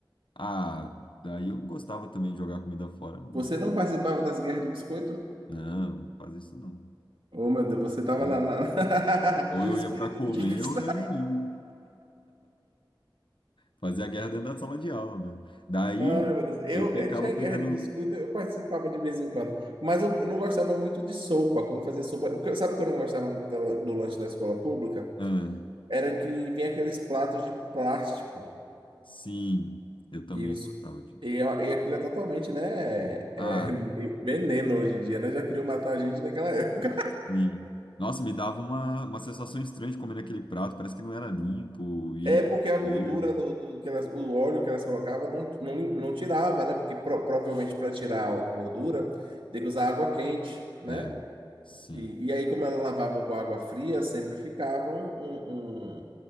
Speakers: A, on the left; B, on the right.
A: Ah, daí eu não gostava também de jogar comida fora, não.
B: Você não participava das guerras de biscoito?
A: Não, não fazia isso não.
B: Oh, meu Deus, você tava
A: Ou,
B: lá, lá. <laughs>
A: ou
B: O
A: eu
B: espírito
A: ia para comer
B: de luz.
A: ou eu nem ia. Fazia a guerra dentro da sala de aula mesmo. Daí
B: Ai, meu Deus. Eu,
A: eu ficava
B: eu tinha guerra
A: pegando
B: de biscoito, eu participava de vez em quando. Mas eu não gostava muito de sopa, quando fazia sopa. o que eu- Sabe o que eu não gostava muito da- do lanche da escola pública?
A: Ah,
B: era que vinha aqueles platos de plástico
A: sim, eu também
B: e, os,
A: gostava disso.
B: e, a- e aquilo é totalmente, né, é,
A: Ah,
B: <laughs> veneno hoje em dia, né? Já queriam matar a gente naquela época.
A: e nossa, me dava uma, uma sensação estranha de comer aquele prato, parece que não era limpo e
B: É
A: ele tinha
B: porque
A: um cheiro.
B: a gordura do, do- do que elas, o óleo que elas colocavam não, não, não tirava, né? Porque pro- provavelmente para tirar a gordura tem que usar água quente, né?
A: É, sim,
B: E, e aí, como elas lavavam com água fria, sempre ficava um, um, um-